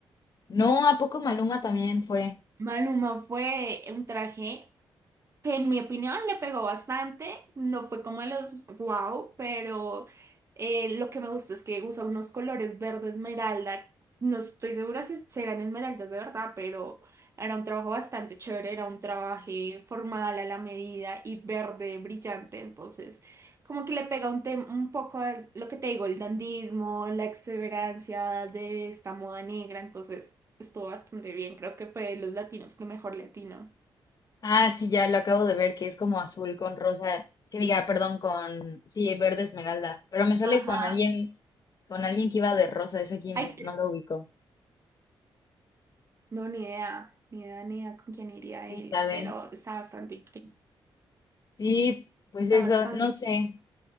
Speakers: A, on the left; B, on the right.
A: No, ¿a poco Maluma también fue?
B: Maluma fue un traje que en mi opinión le pegó bastante, no fue como de los wow, pero eh, lo que me gustó es que usa unos colores verde esmeralda, no estoy segura si serán esmeraldas de verdad, pero era un trabajo bastante chévere, era un trabajo formal a la medida y verde brillante, entonces como que le pega un, tem- un poco a lo que te digo, el dandismo, la extravagancia de esta moda negra, entonces estuvo bastante bien, creo que fue de los latinos que mejor latino.
A: Ah, sí, ya lo acabo de ver, que es como azul con rosa, que diga, perdón, con, sí, verde esmeralda, pero me sale
B: Ajá.
A: con alguien, con alguien que iba de rosa, ese quién
B: Hay,
A: es, no lo ubico,
B: No, ni idea, ni idea, ni idea con quién iría
A: quién
B: él,
A: sabe.
B: pero está bastante increíble.
A: Sí, pues
B: Está
A: eso,
B: bastante
A: no sé.